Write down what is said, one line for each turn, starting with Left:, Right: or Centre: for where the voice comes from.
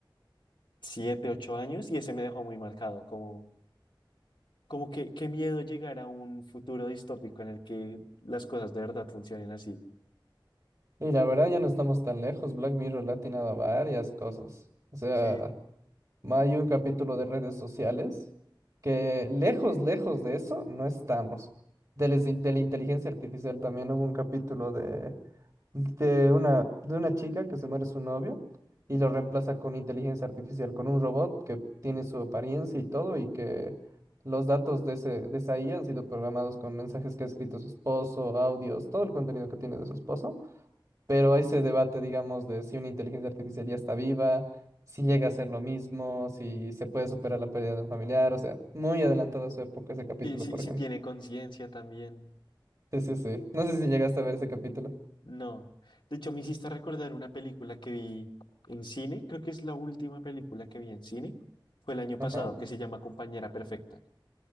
Left: siete, ocho años y ese me dejó muy marcado, como, como que qué miedo llegar a un futuro distópico en el que las cosas de verdad funcionen así.
Right: y la verdad ya no estamos tan lejos. Black Mirror le ha atinado a varias cosas. O sea,
Left: Sí,
Right: ma- hay un capítulo de redes sociales que lejos, lejos de eso no estamos. De, les- de la inteligencia artificial también hubo un capítulo de, de una, de una chica que se muere su novio y lo reemplaza con inteligencia artificial, con un robot que tiene su apariencia y todo y que los datos de, ese, de esa IA han sido programados con mensajes que ha escrito su esposo, audios, todo el contenido que tiene de su esposo. Pero hay se debate, digamos, de si una inteligencia artificial ya está viva, si llega a ser lo mismo, si se puede superar la pérdida de un familiar, o sea, muy adelantado a su época ese capítulo,
Left: sí, sí,
Right: por
Left: sí
Right: ejemplo.
Left: tiene conciencia también.
Right: Sí, sí, sí. No sé si llegaste a ver ese capítulo.
Left: No. De hecho, me hiciste recordar una película que vi en cine, creo que es la última película que vi en cine, fue el año
Right: Ajá.
Left: pasado, que se llama Compañera Perfecta.